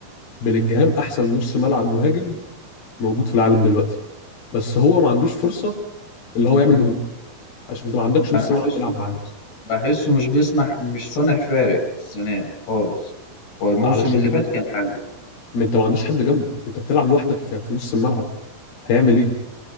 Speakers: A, on the left (about 65°); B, on the left (about 85°).
A: بلينجهام احسن نص ملعب مهاجم موجود في العالم دلوقتي بس هو ما عندوش فرصة اللي هو يعمل
B: مم.
A: مهم عشان انت ما عندكش نص
B: انا بحسه
A: ملعب يلعب
B: مش
A: معاه
B: بس بحسه مش بيصنع مش صانع فارق السنه دي خالص هو الموسم
A: علشان
B: اللي فات كان حلو
A: ما انت ما عندوش حد جنبه انت بتلعب لوحدك في في نص الملعب هيعمل ايه